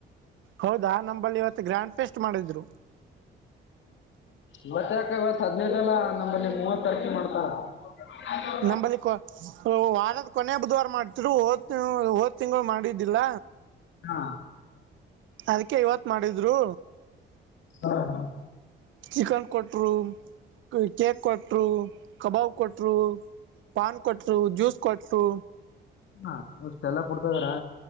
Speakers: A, on the right; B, on the left.
A: ಹೌದಾ ನಂಬಲ್ಲಿ ಇವತ್ತು ಗ್ರ್ಯಾಂಡ್ ಪೇಸ್ಟ್ ಮಾಡಿದ್ರು.
B: ಇವತ್ ಯಾಕ ಇವತ್ ಹದ್ನೈದಲ್ಲ ನಮ್ಮಲ್ಲಿ ಮೂವತ್ ತಾರಕಿ ಮಾಡ್ತಾರ. ಹೌ <unintelligible>
A: ನಂಬಲ್ಲಿ ಕೊ ವಾರದ ಕೊನ ಬುಧವಾರ ಮಾಡ್ತಿರು ಹೋದ್ ತಿ ಹೋದ್ ತಿಂಗಳು ಮಾಡಿದ್ದಿಲ್ಲ.
B: ಹಾ
A: ಅದಕ್ಕೆ ಇವತ್ ಮಾಡಿದ್ರು.
B: ಹಾ ಹಾ
A: ಚಿಕನ್ ಕೊಟ್ರು ಕೇಕ್ ಕೊಟ್ರು ಕಬಾಬ್ ಕೊಟ್ರು. ಪಾನ್ ಕೊಟ್ರು ಜ್ಯೂಸ್ ಕೊಟ್ರು.
B: ಹಾ ಅಷ್ಟೆಲ್ಲ ಕುಡ್ತಾ ಇದಾರಾ.